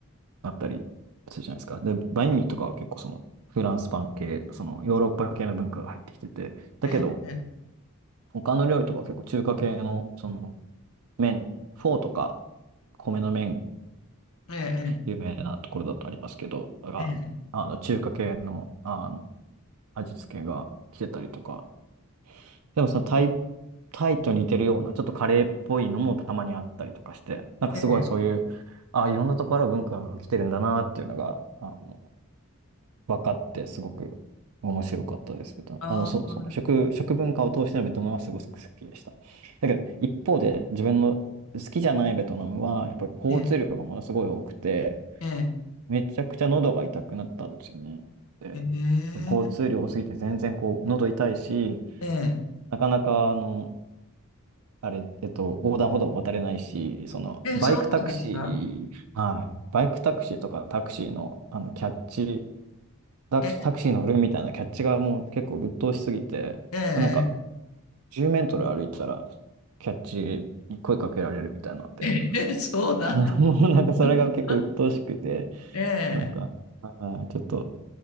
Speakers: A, on the right; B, on the left.
A: あったりするじゃないですか。で、バインミーとかは結構そのフランスパン系、そのヨーロッパ系の文化が入ってきてて、だけど
B: ええ、え
A: 他の料理とかは結構中華系のその麺、フォーとか米の麺、
B: え、ええ、
A: 有名なところだとありますけど、があの中華系の、
B: ええ。ええ
A: あの味付けが来てたりとか。でもさ、タイ、タイと似てるような、ちょっとカレーっぽいのもたまにあったりとかして、なんかすごいそういう、
B: ええ
A: あ、いろんなところから文化が来てるんだなっていうのが、あの、分かって、すごく面白かったです。ベトナムあの、
B: ああ、
A: そう、その食、食文化を通してのベトナムはすごく好きでした。だけど、一方で自分の好きじゃないベトナムは、やっぱり交通量がものすごい多くて、
B: ええ、え
A: めちゃくちゃ喉が痛くなったんですよね。で
B: え、へえ
A: 交通量多すぎて全然こう喉痛いし、
B: え
A: なかなか、あの、あれ、えっと、横断歩道も渡れないし、その、
B: え、え、
A: バイクタクシー、
B: そうなんですか
A: はい、バイクタクシーとかタクシーの、あの、キャッチ、タク、
B: ええ、
A: タクシー乗るみたいなキャッチがもう結構鬱陶しすぎて、
B: え
A: なんか、10メートル歩いたら、キャッチに声かけられるみたいなんで、
B: え、ええ、<laughs> そうなんだ。
A: <laughs> もうなんかそれが結構鬱陶しくて、
B: <laughs> え
A: なんか、
B: え、
A: あーちょっと、